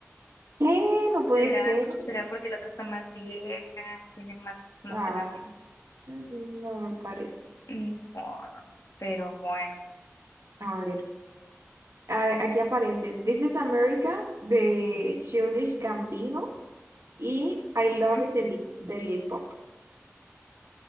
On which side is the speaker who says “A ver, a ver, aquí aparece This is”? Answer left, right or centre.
Right